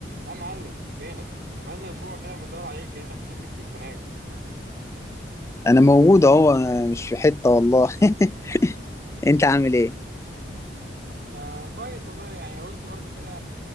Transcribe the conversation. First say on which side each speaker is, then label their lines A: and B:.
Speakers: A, on the right; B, on the left.
A: يا معلم فينك بقالنا اسبوع كده بندور عليك كانك في شركه تليفونات
B: انا موجود اهو أنا مش في حتة والله <laughs> انت عامل ايه
A: آه كويس والله يعني قلت برضو كده